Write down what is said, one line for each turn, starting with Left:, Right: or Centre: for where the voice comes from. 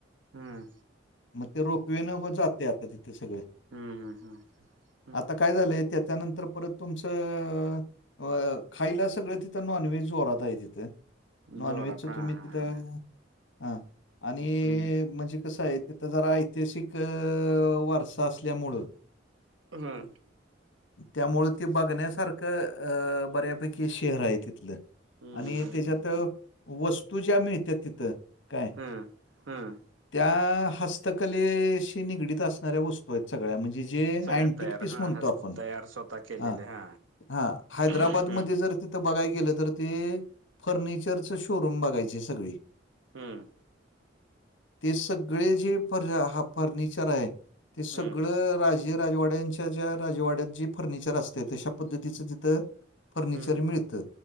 Right: हम्म
Left: मग ते रोपवे न जाते आता तिथं सगळे.
Right: हम्म हम्म हम्म.
Left: आता काय झालंय त्याच्यानंतर परत तुमचं अ खायला सगळं तिथं नॉनव्हेज जोरात आहे तिथं. नॉन
Right: जोरात
Left: व्हेजच
Right: हा
Left: तुम्ही
Right: हा
Left: तिथं
Right: हा
Left: हा आणि
Right: हम्म
Left: म्हणजे कसं आहे तिथं जरा ऐतिहासिक वारसा असल्यामुळं
Right: हम्म
Left: त्यामुळे ते बघण्यासारखं अ बऱ्या पैकी शहर आहे तिथलं
Right: हम्म
Left: आणि
Right: हम्म
Left: त्याच्यात वस्तू ज्या मिळत्या तिथं काय
Right: हम्म हम्म
Left: त्या हस्त हस्तकलेशी निगडीत असणाऱ्या वस्तू आहेत सगळ्या म्हणजे जे
Right: सगळ्यात
Left: अँटिक
Right: तयार
Left: पीस
Right: हा
Left: म्हणतो
Right: हस्त
Left: आपण
Right: तयार स्वतः केलेले
Left: ह
Right: हा
Left: ह हैद्रबादमध्ये
Right: हम्म हम्म
Left: जर तिथं बघाय गेलं तर ते फर्निचरच शोरूम बघायचे सगळे
Right: हम्म
Left: ते सगळे जे फर्निचर आहे ते सगळं
Right: हम्म
Left: राज जे राजवाड्यांच्या ज्या राजवाड्यात जे फर्निचर असते तशा पद्धतीचं तिथं फर्निचर
Right: हम्म
Left: मिळतं.